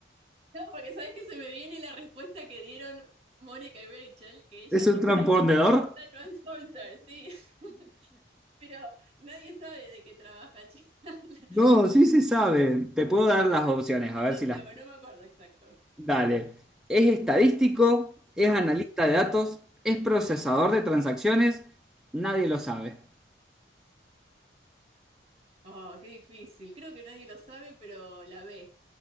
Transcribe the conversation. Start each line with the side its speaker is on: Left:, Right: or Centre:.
Right: No, porque sabes que se me viene la respuesta que dieron Mónica y Rachel, que ellas
Centre: ¿Es un
Right: dicen
Centre: transponedor?
Right: "Ah, Transporter, sí, <laughs> pero nadie sabe de qué trabaja. Chan. <laughs>
Centre: No, sí se sabe. Te puedo dar las opciones, a
Right: Adopta,
Centre: ver si las...
Right: pero no me acuerdo exacto.
Centre: Dale. Es estadístico,
Right: No.
Centre: es analista de datos, es procesador de transacciones, nadie lo sabe.
Right: Oh, qué difícil. Creo que nadie lo sabe, pero la ve.